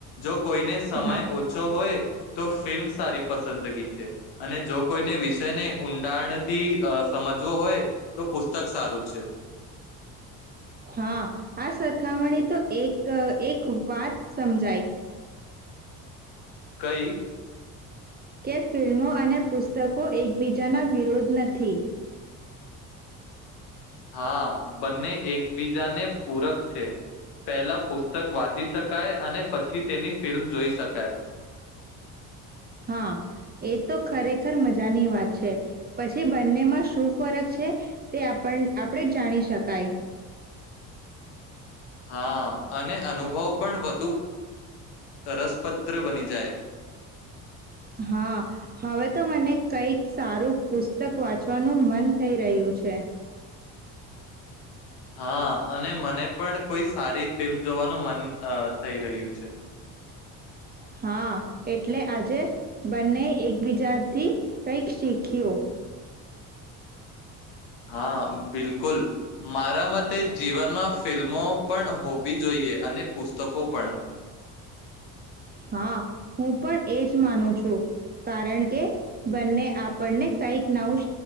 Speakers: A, on the left; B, on the right.
A: જો કોઈને સમય
B: હા
A: ઓછો હોય તો ફિલ્મ સારી પસંદગી છે. અને જો કોઈને વિષયને ઊંડાણથી સમજવો હોય તો પુસ્તક સારું છે.
B: હા આ સરખામણી તો એક એક વાત સમજાય
A: કઈ?
B: કે ફિલ્મો અને પુસ્તકો એકબીજાના વિરોધ નથી.
A: હા બંને એકબીજાને પૂરક છે. પહેલા પુસ્તક વાંચી શકાય અને પછી તેની ફિલ્મ જોઈ શકાય.
B: હા એ તો ખરેખર મજાની વાત છે. પછી બંનેમાં શું ફરક છે. તે આપ આપણે જાણી શકાય.
A: હા અને અનુભવ પણ વધુ રસપદ્ર બની જાય.
B: હા હવે ઉતમ અને કઈક સારું પુસ્તક વાંચવાનું મન થઈ રહ્યું છે.
A: હા અને મને પણ કોઈ સારી ફિલ્મ જોવાનું મન થઈ રહ્યું છે.
B: હા એટલે આજે બંને એકબીજાથી કઈક શીખ્યું.
A: હા બિલકુલ મારા મતે જીવનમાં ફિલ્મો પણ હોવી જોઈએ અને પુસ્તકો પણ
B: હા હું પણ એજ માનું છું. કારણ કે બંને આપણને કઈક નાવું